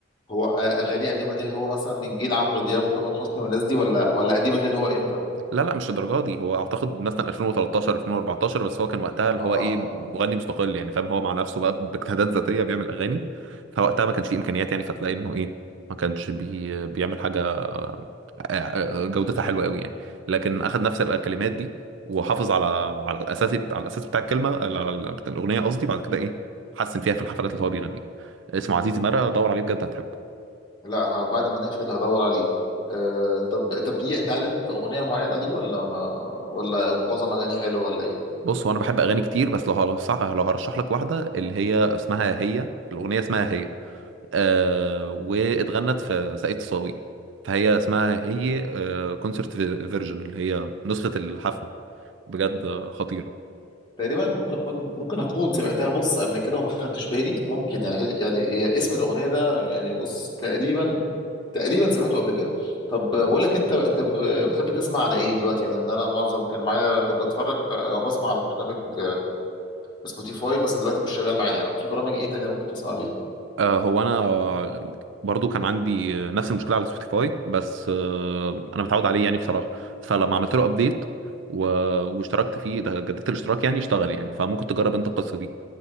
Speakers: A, on the left; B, on the right.
A: هو آه، اغانيه قديمه دي اللي هو مثلا من جيل عمرو دياب وتامر حسني والناس دي ولا ولا قديمه دي اللي هو امتى
B: لا لا مش الدرجه دي هو اعتقد مثلا 2013 2014 بس هو كان وقتها اللي
A: اه آه.
B: هو ايه مغني مستقل يعني فاهم هو مع نفسه بقى باجتهادات ذاتيه بيعمل اغاني فوقتها ما كانش فيه امكانيات يعني فتلاقي انه ايه ما كانش بي بيعمل حاجه آه، آه، جودتها حلوه قوي يعني لكن اخد نفس الكلمات دي وحافظ على على الاساس على الاساس بتاع الكلمه على على بتاع الاغنيه قصدي بعد كده ايه حسن فيها في الحفلات اللي هو بيغنيها اسمه عزيزي مرقه دور عليه بجد هتحبه
A: لا ه- بعد ما نقفل هدور عليه آه طب طب ليه انت عارف اغنيه معينه ليه ولا ما ولا معظم اغانيه حلوه ولا ايه
B: بص هو انا بحب اغاني كتير بس لو هرشح لو هرشح لك واحده اللي هي اسمها هي الاغنيه اسمها هي آه واتغنت في ساقية الصاوي فهي اسمها هي آه كونسرت فيرجن اللي هي نسخه الحفله بجد خطيره
A: تقريبا ممكن اكون ممكن اكون سمعتها بص قبل كده وما خدتش بالي ممكن يعني يعني هي اسم الاغنيه ده يعني بص تقريبا تقريبا سمعته قبل كده طب بقول لك انت انت ب- بتحب تسمع على ايه دلوقتي لان انا معظم كان معايا كنت بتفرج او بسمع على برنامج سبوتيفاي بس دلوقتي مش شغال معايا يعني في برامج ايه تانية ممكن تسمع بيها
B: آه هو انا برضو كان عندي نفس المشكله على سبوتيفاي بس آه انا متعود عليه يعني بصراحه فلما عملت له ابديت و... واشتركت فيه ده جددت الاشتراك يعني اشتغل يعني فممكن تجرب انت القصه دي